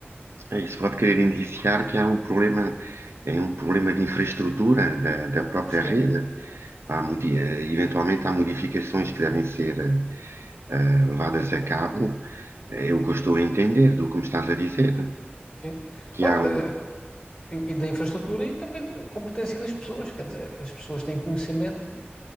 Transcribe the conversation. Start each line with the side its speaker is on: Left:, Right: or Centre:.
Right: eh, isso pode querer indiciar que há um problema, é um problema de infraestrutura da, da própria
Left: Sim,
Right: rede. Há, eventualmente há modificações que devem ser uh, levadas a cabo. É é o que eu estou a entender do que me estás a dizer.
Left: sim.
Right: Que
Left: Ah,
Right: há
Left: da-
Right: um.
Left: eh, e da infraestrutura e também da competência das pessoas, quer dizer, as pessoas têm conhecimento,